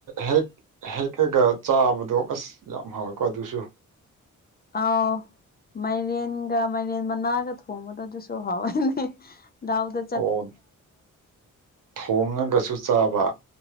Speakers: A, on the right; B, on the left.
A: ꯍꯦꯛ ꯍꯦꯛꯑꯒ ꯆꯥꯕꯗꯣ ꯑꯁ ꯌꯥꯝ ꯍꯥꯎꯋꯦꯀꯣ ꯑꯗꯨꯁꯨ
B: ꯑꯥꯎ ꯃꯥꯢꯔꯦꯟꯒ ꯃꯥꯢꯔꯦꯟ ꯃꯅꯥꯒ ꯊꯣꯡꯕꯗꯣ ꯑꯗꯨꯁꯨ ꯍꯥꯎꯋꯤꯅꯦ ꯗꯥꯎꯗ
A: ꯑꯣ ꯊꯣꯡꯉꯒꯁꯨ ꯆꯥꯕ